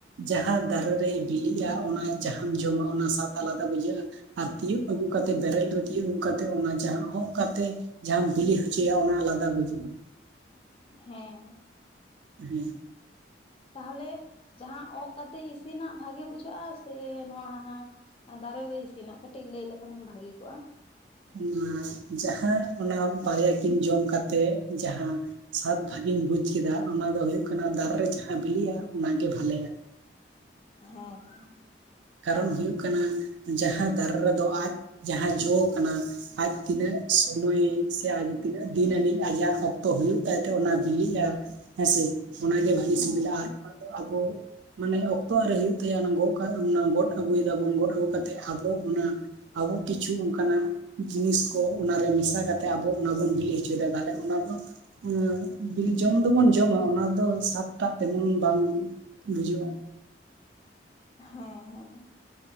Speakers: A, on the right; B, on the left.
A: ᱡᱟᱦᱟᱸ ᱫᱟᱨᱮ ᱨᱮ ᱵᱤᱞᱤᱜᱼᱟ ᱚᱱᱟ ᱡᱟᱦᱟᱸᱢ ᱡᱚᱢᱟ ᱚᱱᱟ ᱥᱟᱫ ᱟᱞᱟᱫᱟ ᱵᱩᱡᱷᱟᱹᱜᱼᱟ᱾ ᱟᱨ ᱛᱤᱭᱳᱜ ᱟᱹᱜᱩ ᱠᱟᱛᱮ ᱵᱮᱨᱮᱞ ᱨᱮ ᱛᱤᱭᱳᱜ ᱟᱹᱜᱩ ᱠᱟᱛᱮᱫ ᱚᱱᱟ ᱡᱟᱦᱟᱸ ᱚᱸᱜ ᱠᱟᱛᱮ ᱡᱟᱦᱟᱸᱢ ᱵᱤᱞᱤ ᱦᱚᱪᱚᱭᱟ ᱚᱱᱟ ᱟᱞᱟᱫᱟ ᱵᱩᱡᱩᱜᱼᱟ᱾
B: ᱦᱮᱸ᱾
A: ᱦᱮᱸ᱾
B: ᱛᱟᱦᱚᱞᱮ ᱡᱟᱦᱟᱸ ᱚᱸᱜ ᱠᱟᱛᱮ ᱤᱥᱤᱱᱟᱜ ᱵᱷᱟᱜᱮ ᱵᱩᱡᱷᱟᱹᱜᱼᱟ ᱥᱮ ᱱᱚᱣᱟ ᱫᱟᱨᱮ ᱨᱮ ᱤᱥᱤᱱᱟᱜ, ᱠᱟᱹᱴᱤᱡ ᱞᱟᱹᱭ ᱞᱮᱠᱷᱟᱱᱮᱢ ᱵᱷᱟᱜᱮ ᱠᱚᱜᱼᱟ᱾
A: ᱚᱱᱟ ᱡᱟᱦᱟᱸ ᱚᱱᱟ ᱵᱟᱨᱭᱟ ᱠᱤᱱ ᱡᱚᱢ ᱠᱟᱛᱮᱫ ᱡᱟᱦᱟᱸ, ᱥᱟᱫ ᱵᱷᱟᱹᱜᱤᱧ ᱵᱩᱡ ᱠᱮᱫᱟ ᱚᱱᱟ ᱫᱚ ᱦᱩᱭᱩᱜ ᱠᱟᱱᱟ ᱫᱟᱨᱮ ᱨᱮ ᱡᱟᱦᱟᱸ ᱵᱤᱞᱤᱜᱼᱟ ᱚᱱᱟ ᱜᱮ ᱵᱷᱟᱞᱮᱭᱟ᱾
B: ᱦᱮᱸ ᱦᱮᱸ᱾
A: ᱠᱟᱨᱚᱱ ᱦᱩᱭᱩᱜ ᱠᱟᱱᱟ ᱡᱟᱦᱟᱸ ᱫᱟᱨᱮ ᱨᱮᱫᱚ ᱟᱡ ᱡᱟᱦᱟᱸ ᱡᱚ ᱠᱟᱱᱟ ᱟᱡ ᱛᱤᱱᱟᱹᱜ ᱥᱚᱢᱚᱭ ᱥᱮ ᱟᱡ ᱛᱤᱱᱟᱹᱜ ᱫᱤᱱ ᱟᱹᱱᱤᱡ ᱟᱡᱟᱜ ᱚᱠᱛᱚ ᱦᱩᱭᱩᱜ ᱛᱟᱭᱛᱮ ᱚᱱᱟ ᱵᱤᱞᱤᱜᱼᱟ, ᱦᱮᱸ ᱥᱮ? ᱚᱱᱟ ᱜᱮ ᱵᱷᱟᱞᱤ
B: ᱦᱮᱸ
A: ᱥᱤᱵᱤᱞᱟ ᱟᱨ ᱟᱫᱚ ᱟᱵᱚ ᱢᱟᱱᱮ ᱚᱠᱛᱚ ᱟᱹᱣᱨᱤ ᱦᱩᱭᱩᱜ ᱛᱟᱭᱟ ᱚᱱᱟ ᱜᱚᱜ ᱠᱟᱜ ᱚᱱᱟ ᱜᱚᱫ ᱟᱹᱜᱩᱭᱮᱫᱟᱵᱚᱱ ᱜᱚᱫ ᱟᱹᱜᱩ ᱠᱟᱛᱮᱫ ᱟᱵᱚ ᱚᱱᱟ, ᱟᱵᱚ ᱠᱤᱪᱷᱩ ᱚᱱᱠᱟᱱᱟᱜ ᱡᱤᱱᱤᱥ ᱠᱚ ᱚᱱᱟ ᱨᱮ ᱢᱮᱥᱟ ᱠᱟᱛᱮ ᱟᱵᱚ ᱚᱱᱟ ᱵᱚᱱ ᱵᱤᱞᱤ ᱦᱚᱪᱚᱭᱮᱫᱟ, ᱛᱟᱦᱞᱮ ᱚᱱᱟ ᱫᱚ ᱢᱟᱱᱮ ᱵᱤᱞᱤ ᱡᱚᱢ ᱫᱚᱵᱚᱱ ᱡᱚᱢᱟ ᱚᱱᱟ ᱫᱚ ᱥᱟᱫ ᱴᱟᱜ ᱛᱮᱢᱚᱱ ᱵᱟᱝ ᱵᱩᱡᱩᱜ-ᱟ᱾
B: ᱦᱮᱸ ᱦᱮᱸ᱾